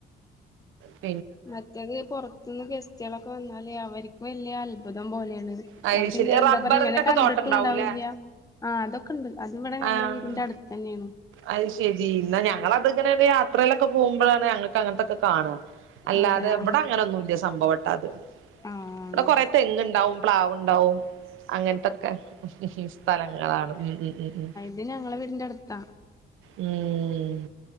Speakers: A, on the right; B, on the left.
A: <unintelligible>
B: മറ്റേത് പുറത്തുന്ന് ഗസ്റ്റുകളൊക്കെ വന്നാല് അവർക്ക് വല്യ അത്ഭുതം പോലെയാണ്.
A: അത്
B: അവരിങ്ങനെ
A: ശരി
B: എന്താ
A: റബ്ബറിന്റെക്കെ
B: പറ ഇങ്ങനെ കണ്ടിട്ടുംണ്ടാവില്ല.
A: തോട്ടണ്ടാവൂലേ
B: ആഹാ അതൊക്കണ്ട് അത് ഇവടെ ഞങ്ങളെ
A: ആഹ്
B: വീടിന്റെ അടുത്ത്ന്നെയാണ്.
A: അത് ശെരി ന്നാഞങ്ങളഅത്ങ്ങനെ യാത്രയിലൊക്കെ പോവുമ്പളാണ്. ഞങ്ങൾക്ക് അങ്ങനത്തൊക്കെ കാണും അല്ലാതെ
B: അതെ ആഹ്
A: ഇവടെ അങ്ങനെ ഒന്നുംല്ല സംഭവട്ടാ അത്
B: ആഹ്
A: ഇവിടെ കൊറെ തെങ്‌ ഉണ്ടാവും പ്ലാവ്ണ്ടാവും അങ്ങൻത്തൊക്കെ ഹ് ഹ് സ്ഥലങ്ങളാണ്. ഉം ഉം ഉം ഉം
B: ത്ഞങ്ങളെ വീടിന്റെ അടുത്താ.
A: ഉഹും.